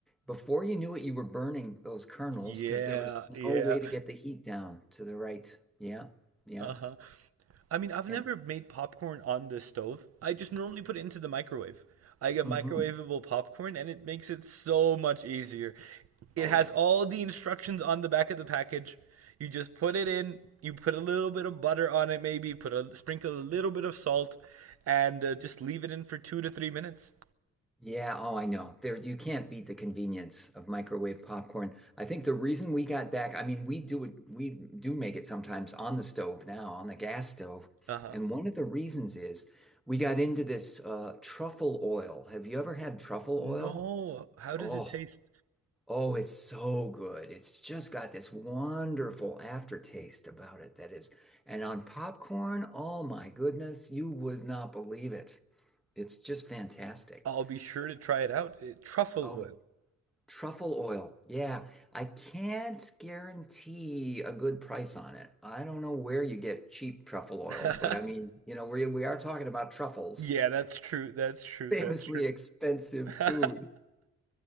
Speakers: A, in the centre; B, on the right (about 55°).
A: before you knew it, you were burning those kernels
B: Yeah,
A: because there was
B: yeah.
A: no way to get the heat down to the right. Yeah, yeah.
B: Uh-huh. I mean, I've never
A: And
B: made popcorn on the stove. I just normally put it into the microwave. I get
A: mhm.
B: microwavable popcorn and it makes it so much easier. It
A: Oh,
B: has
A: yeah.
B: all the instructions on the back of the package. You just put it in, you put a little bit of butter on it maybe, put a sprinkle a little bit of salt and uh, just leave it in for 2 to 3 minutes.
A: Yeah, oh, I know. There, you can't beat the convenience of microwave popcorn. I think the reason we got back, I mean, we do it, we do make it sometimes on the stove now, on the gas stove.
B: Uh-huh.
A: And one of the reasons is we got into this uh, truffle oil. Have you ever had truffle
B: No,
A: oil?
B: how
A: Oh,
B: does it taste?
A: oh, it's so good. It's just got this wonderful aftertaste about it that is. And on popcorn, oh my goodness, you would not believe it. It's just fantastic.
B: I'll be sure
A: So,
B: to try it out. It, truffle
A: oh Truffle oil. Yeah, I can't guarantee a good price on it. I don't know where you get cheap truffle oil,
B: oil.
A: but I mean,
B: <laughs>
A: you know, we we are talking about truffles,
B: Yeah, that's true. That's
A: <laughs>
B: true.
A: famously
B: That's true.
A: expensive
B: <laughs>
A: food,